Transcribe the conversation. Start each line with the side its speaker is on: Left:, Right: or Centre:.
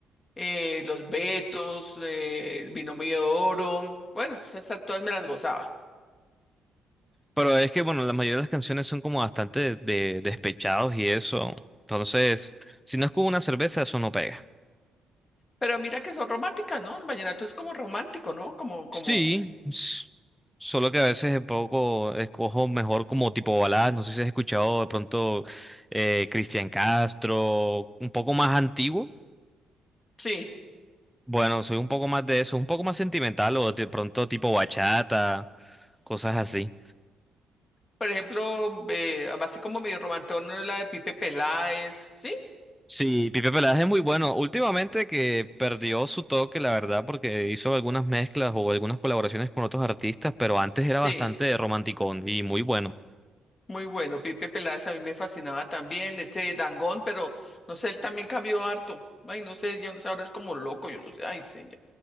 Left: eh, los Betos, eh, el binomio de oro. Bueno, pues esas todas me las gozaba.
Centre: Pero es que, bueno, la mayoría de las canciones son como bastante de, despechados y eso. Entonces, si no es con una cerveza, eso no pega.
Left: Pero mira que son románticas, ¿no? El vallenato es como romántico, ¿no? Como, como,
Centre: Sí, s- solo que a veces es poco escojo mejor como tipo baladas. No sé si has escuchado de pronto eh, Cristian Castro, un poco más antiguo.
Left: sí.
Centre: Bueno, soy un poco más de eso, un poco más sentimental o de pronto tipo bachata, cosas así.
Left: Por ejemplo, eh, así como medio romantón, ¿no? la de Pipe Peláez, ¿sí?
Centre: Sí, Pipe Peláez es muy bueno. Últimamente que perdió su toque, la verdad, porque hizo algunas mezclas o algunas colaboraciones con otros artistas, pero antes era
Left: Sí,
Centre: bastante romanticón y muy bueno.
Left: muy bueno. Pipe Peláez a mí me fascinaba también. Este Dangond, pero no sé, él también cambió harto. Ay, no sé, yo no sé, ahora es como loco, yo no sé. Ay, señor.